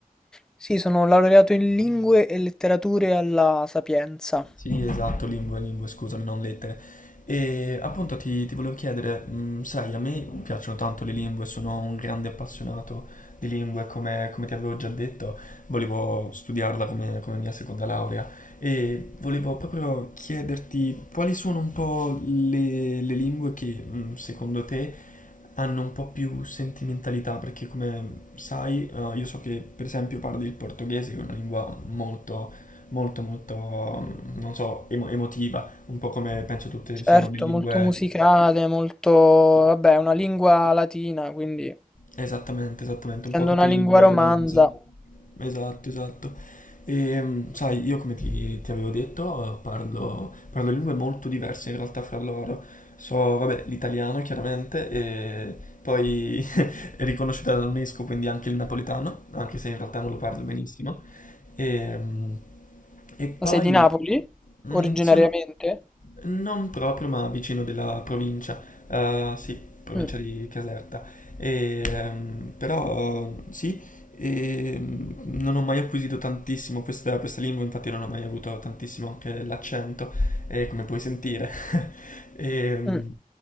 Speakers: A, in the centre; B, on the left (about 60°).
A: Sì, sono laureato in lingue e letterature alla Sapienza.
B: Sì, esatto, lingue, lingue, scusami, non lettere. E appunto ti, ti volevo chiedere, mh, sai, a me piacciono tanto le lingue, sono un grande appassionato di lingue, come, come ti avevo già detto, volevo studiarla come, come mia seconda laurea e volevo proprio chiederti quali sono un po' le, le lingue che mh, secondo te hanno un po' più sentimentalità, perché come sai, eh, io so che per esempio parli il portoghese, che è una lingua molto molto molto, mm, non so, emo- emotiva, un po' come penso tutte
A: Certo,
B: siano le lingue,
A: molto musicale, molto... vabbè, una lingua latina, quindi
B: esattamente, esattamente,
A: essendo
B: un po' tutte
A: una lingua
B: le lingue
A: romanza.
B: romanze. Esatto, esatto. E, mh, sai, io come ti, ti avevo detto, eh, parlo, parlo lingue molto diverse in realtà fra loro. So, vabbè, l'italiano chiaramente, e poi <laughs> è riconosciuta dall'UNESCO, quindi anche il napoletano, anche se in realtà non lo parlo benissimo. E, mh, e poi
A: Ma sei di Napoli?
B: mm,
A: Originariamente?
B: sono non proprio, ma vicino della provincia, Eh, sì, provincia
A: Mm,
B: di Caserta. E, ehm, però sì, e mm, non ho mai acquisito tantissimo questa, questa lingua, infatti non ho mai avuto tantissimo anche l'accento, eh, come puoi sentire. <laughs> E, mm,
A: mm,